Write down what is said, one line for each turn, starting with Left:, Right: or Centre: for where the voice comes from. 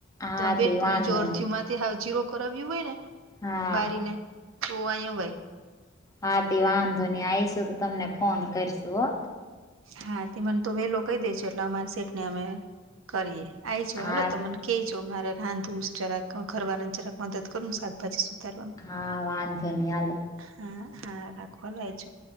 Left: હા
Right: તમારે બેડ
Left: તે
Right: પણ
Left: વાંધો
Right: જો અરથ
Left: નહી
Right: માંથી હ જીરો કરાવ્યું હોય ને
Left: હા
Right: બારી ને સવા એ ભાઈ
Left: હાથી વાંધોની આવીશું તો તમને ફોન કરશું હો
Right: હા તે મને તો વેલો કહી દે છે એટલે અમારી સેટ ને અમે કરીએ આઈ જું
Left: હા
Right: હાલ તો મને કે જો મારે રાંધું જરાક ઘરવા જરાક મદદ કરું ને શાકભાજી સુધારવાનું
Left: હા વાંધે ન હાલ
Right: હા હા રાખવા લ છું